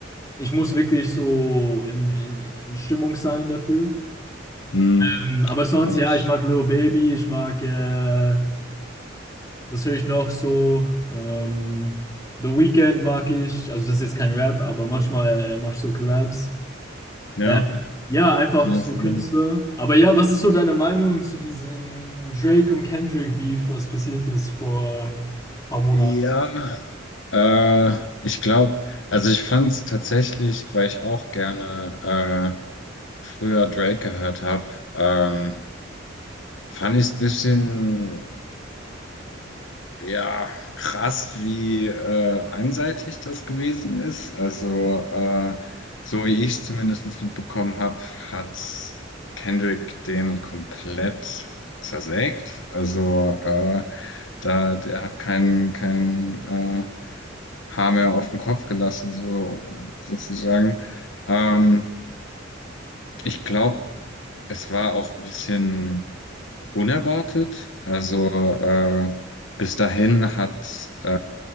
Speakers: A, on the left; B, on the left.
A: ich muss wirklich so in, in, in Stimmung sein dafür.
B: hm.
A: Ähm, aber sonst,
B: Kann
A: ja,
B: ich.
A: ich mag Lil Baby, ich mag äh, das höre ich noch so. Ähm, The Weeknd mag ich. Also das ist jetzt kein Rap, aber manchmal äh, machst du so Collabs.
B: Ja,
A: Äh, ja, einfach
B: nee,
A: so
B: voll.
A: Künstler. Aber ja, was ist so deine Meinung zu diesem Drake und Kendrick Beef, was passiert ist vor ein paar Monaten?
B: Ja, äh, ich glaube, also ich fand es tatsächlich, weil ich auch gerne äh, früher Drake gehört habe, ähm, fand ich es ein bisschen Ja, krass, wie äh, einseitig das gewesen ist. Also, äh, so wie ich es zumindest mitbekommen habe, hat Kendrick den komplett zersägt. Also, äh, da, der hat keinen kein, äh, Haar mehr auf den Kopf gelassen, so äh, sozusagen. Ähm, ich glaube, es war auch ein bisschen unerwartet. Also äh, bis dahin hat äh,